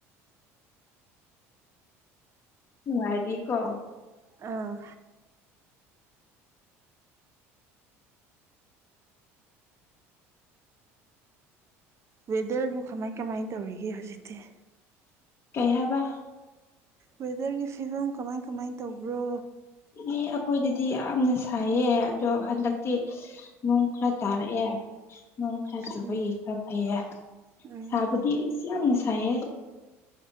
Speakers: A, on the left; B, on the right.
A: ꯅꯨꯉꯥꯏꯔꯤꯀꯣ
B: ꯑꯥ ꯋꯦꯗꯔꯕꯨ ꯀꯃꯥꯏ ꯀꯃꯥꯏꯅ ꯇꯧꯔꯤꯒꯦ ꯍꯧꯖꯤꯛꯇꯤ
A: ꯀꯩ ꯍꯥꯏꯕ
B: ꯋꯦꯗꯔꯒꯤ ꯐꯤꯕꯝ ꯀꯃꯥꯏ ꯀꯃꯥꯏ ꯇꯧꯕ꯭ꯔꯣ
A: ꯑꯦ ꯑꯩꯈꯣꯏꯗꯗꯤ ꯌꯥꯝꯅ ꯁꯥꯏꯌꯦ ꯑꯗꯣ ꯍꯟꯗꯛꯇꯤ ꯅꯣꯡ ꯈꯔ ꯇꯥꯔꯛꯑꯦ ꯅꯣꯡ ꯈꯔ
B: ꯎꯝ
A: ꯆꯨꯕꯒꯤ ꯈꯔ ꯐꯩꯌꯦ
B: ꯎꯝ
A: ꯁꯥꯕꯗꯤ ꯌꯥꯝꯅ ꯁꯥꯏꯌꯦ